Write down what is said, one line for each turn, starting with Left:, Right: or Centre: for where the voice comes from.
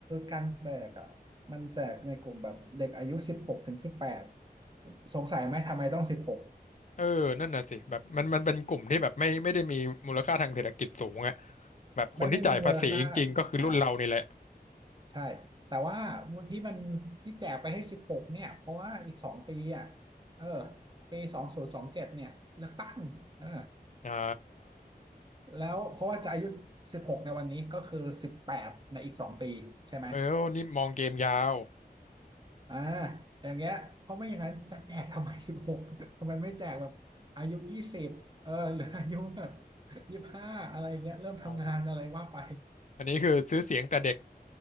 Right: การแจกอ่ะมันแจกในกลุ่มแบบเด็กอายุสิบหกถึงสิบแปดสงสัยไหมทำไมต้องสิบหก
Left: เออนั่นน่ะสิแบบมันมันเป็นกลุ่มที่แบบไม่ไม่ได้มีมูลค่าทางเศรษฐกิจสูงอะ แบบคนที่จ่ายภาษีจริงๆก็คือรุ่นเรานี่แหละ
Right: ไม่ได้มีมูลค่าอ่าใช่แต่ว่าที่มันที่แจกไปให้สิบหกเนี่ยเพราะว่าอีกสองปีอ่ะเออปีสองศูนย์สองเจ็ดเนี่ยเลือกตั้งเออ
Left: อ่า
Right: แล้วเพราะว่าจะอายุสิบหกในวันนี้ก็คือสิบแปดในอีกสองปีใช่ไหม
Left: เออนี่มองเกมยาว
Right: อ่าอย่างเงี้ยเพราะไม่อย่างนั้นจะแจกทำไม <laughs> สิบหกทำไมไม่แจกแบบอายุยี่สิบเออ <laughs> หรืออายุแบบยี่สิบห้าอะไรอย่างเงี้ยเริ่มทำงานอะไรว่าไป
Left: อ๋ออันนี้คือซื้อเสียงแต่เด็ก